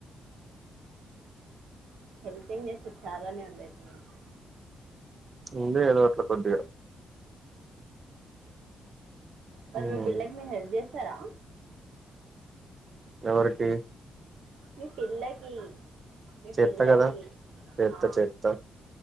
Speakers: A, on the right; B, on the right.
A: హెల్పింగ్ నెస్ చాలానే ఉంది అయితే మీకు
B: ఉంది ఏదో అట్లా కొద్దిగా
A: మరి
B: మ్మ్
A: మీ పిల్లకి మీరు హెల్ప్ చేసా స్తారా
B: ఎవరికి
A: మీ పిల్లకి మీ
B: చెత్త
A: పిల్లకి
B: కదా చెత్త
A: ఆ
B: చెత్త